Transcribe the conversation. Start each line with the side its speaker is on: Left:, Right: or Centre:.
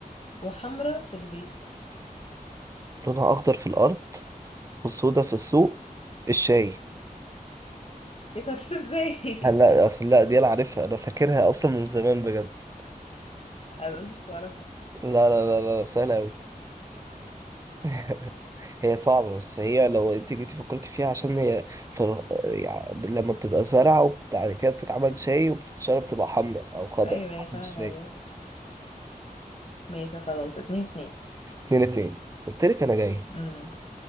Left: وحمرة في البيت
Right: لونها اخضر في الارض وسودا في السوق الشاي
Left: ايه ده عرفت ازاي
Right: لا اصل لا دي انا عارفها انا فاكرها اصلا من زمان بجد
Left: <laughs> انا قلت مش بعرفها
Right: لا لا لا لا سهله قوي <laughs> هي صعبه بس هي لو انت جيتي فكرتي فيها عشان هي في ال- يعني لما بتبقى زرعه وبعد كده بتتعمل شاي وبتتشرب بتبقى حمراء او خضراء
Left: ايوه يا
Right: حسب
Left: فعلا
Right: الشاي
Left: يا. ماشي خلاص اتنين اتنين
Right: اتنين اتنين قلت لك انا جاي
Left: امم